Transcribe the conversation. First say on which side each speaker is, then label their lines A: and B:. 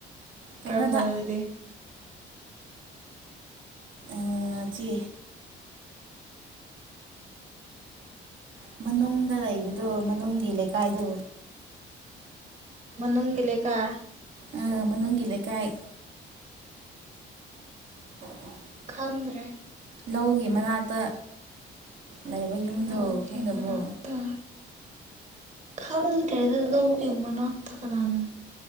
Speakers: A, on the right (about 70°); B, on the right (about 35°).
A: ꯀꯩꯅꯣꯗ
B: ꯀꯔꯝꯕꯅꯣ ꯑꯗꯨꯗꯤ
A: ꯑ ꯆꯦ ꯎꯝ ꯃꯅꯨꯡꯗ ꯂꯩꯕꯗꯣ ꯃꯅꯨꯡꯒꯤ ꯂꯩꯀꯥꯏꯗꯣ
B: ꯃꯅꯨꯡꯒꯤ ꯂꯩꯀꯥꯢ
A: ꯑ ꯃꯅꯨꯡꯒꯤ ꯂꯩꯀꯥꯏ <unintelligible>
B: ꯈꯪꯗ꯭ꯔꯦ
A: ꯂꯧꯒꯤ ꯃꯅꯥꯛꯇ ꯂꯩꯕ ꯌꯨꯝꯗꯣ
B: ꯂꯧꯒꯤ
A: ꯈꯪꯗꯕ꯭ꯔꯣ
B: ꯃꯅꯥꯛꯇ ꯈꯪꯗ꯭ꯔꯦꯗ ꯂꯧꯒꯤ ꯃꯅꯥꯛꯇ ꯀꯅꯥꯅꯣ